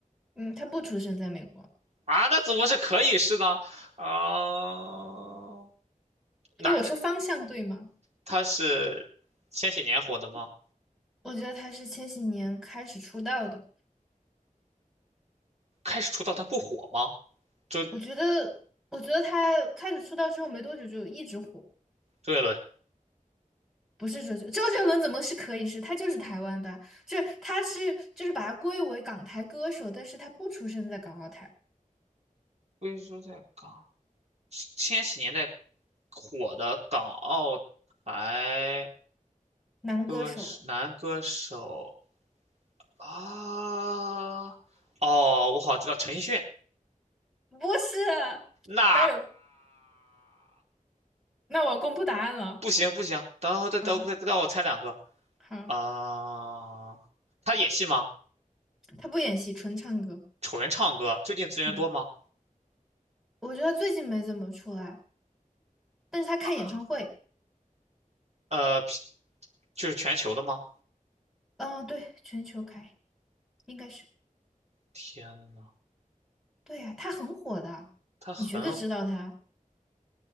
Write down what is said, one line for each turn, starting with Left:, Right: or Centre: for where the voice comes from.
Centre: 嗯，他不出生在美国，
Right: 啊，那怎么是可以是呢？啊、哪
Centre: 所以我说方向对吗？
Right: 他是千禧年火的吗？
Centre: 我觉得他是千禧年开始出道的。
Right: 开始出道他不火吗？周
Centre: 我觉得，我觉得他开始出道之后没多久就一直火，
Right: 周杰伦，
Centre: 不是周杰周杰伦怎么是可以是？他就是台湾的啊就是他是就是把他归为港台歌手，但是他不出生在港澳台，
Right: 龟说在港千禧年代火的港澳台
Centre: 男歌手
Right: 歌手男歌手啊，哦，我好像知道陈奕迅，
Centre: 不是。
Right: 那
Centre: 当然，那我公布答案了
Right: 不行不行，等会再等再等我猜两个，
Centre: 啊，好，
Right: 啊、他演戏吗？
Centre: 他不演戏，纯唱歌。
Right: 纯唱歌，最近资源多吗？
Centre: 嗯。我觉得最近没怎么出来，但是他开演唱会，
Right: 啊，呃，就是全球的吗？
Centre: 嗯，对，全球开，应该是，
Right: 天呐，
Centre: 对呀、他很火的，
Right: 他很
Centre: 你绝对知道他，